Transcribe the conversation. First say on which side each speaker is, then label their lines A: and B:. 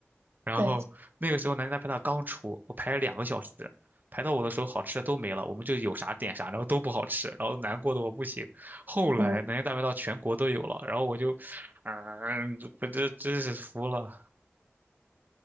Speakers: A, on the right (about 40°); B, on the right (about 75°).
A: 然后那个时候南京大排档刚出，
B: 对，
A: 我排了两个小时，排到我的时候好吃的都没了，我们就有啥点啥，然后都不好吃，然后难过的我不行。后来南京大排档全国都有了，
B: 可能。
A: 然后我就，嗯、我这真是服了。